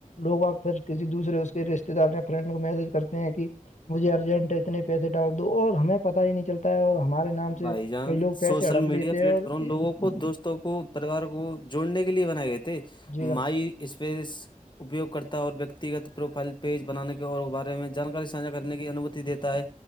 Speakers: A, on the left; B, on the left.
A: لوگ آب پھر کسی دوسرے اس کے رشتے دار نے فرینڈ کو میسج کرتے ہیں کہ مجھے ارجنٹ ہے اتنے پیسے ڈال دو اور ہمیں پتہ ہی نہیں چلتا ہے اور ہمارے نام
B: بھائی
A: سے
B: جان
A: کئی لوگ
B: سوشل
A: پیسے ہڑپ
B: میڈیا
A: لیتے
B: پلیٹ
A: ہیں اور
B: فارم
A: یہ
B: لوگوں دوستوں کو پریوار کو جوڑنے کے لیے بنائے گئے تھے
A: جی جناب
B: مائی اسپیس اپیوگ کررتا اور ویکتیگت پروفائل پیج بنانے کے اور بارے میں جانکاری سانھا کرنے کی انمتی دیتا ہے